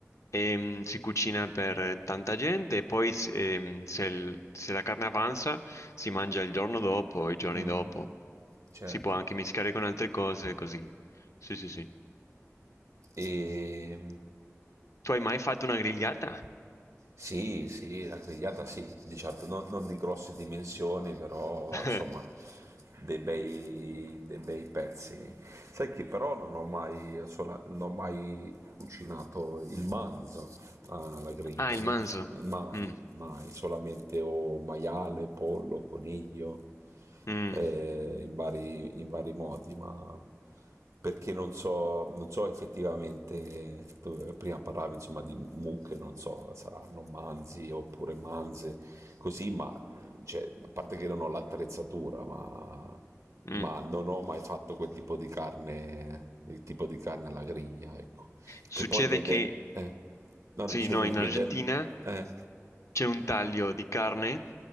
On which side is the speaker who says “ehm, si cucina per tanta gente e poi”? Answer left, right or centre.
Left